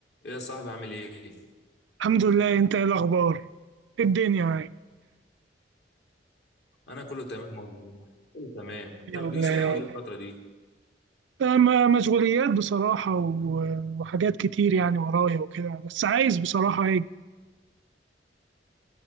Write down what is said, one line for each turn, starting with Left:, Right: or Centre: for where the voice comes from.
Left: ايه يا صاحبي عامل ايه؟
Right: الحمد لله انت ايه الاخبار ايه الدنيا معاك
Left: انا كله تمام والله كله تمام انت
Right: الحمد
Left: ما بتجيش
Right: لله يا
Left: القهوه ليه
Right: رب.
Left: الفتره دي؟
Right: آه، ما- مشغوليات بصراحة و- وحاجات كتير يعني ورايا وكده بس عايز بصراحة ايه